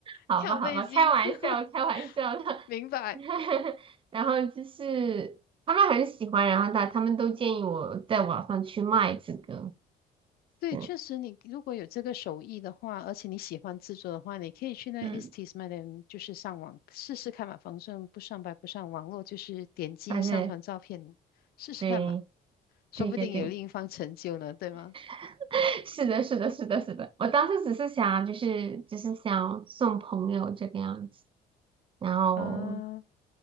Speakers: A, on the right; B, on the left.
A: 好吧，
B: 跳飞机，
A: 好吧，开玩笑，
B: <laughs>
A: 开玩笑的。
B: 明白。
A: <laughs> 然后就是他们很喜欢，然后他他们都建议我在网上去卖这个，
B: 对，
A: 嗯，
B: 确实你如果有这个手艺的话，而且你喜欢制作的话，你可以去那
A: 嗯，
B: e s t s m a d 就是上网试试看嘛，反正不上白不上，网络就是点击上传照片试试看嘛，
A: 但是对，
B: 说不定有另一方成就呢，
A: 对对对，
B: 对吗？
A: <laughs> 是的，是的，是的，是的。我当时只是想，就是就是想送朋友这个样子，然后
B: 啊，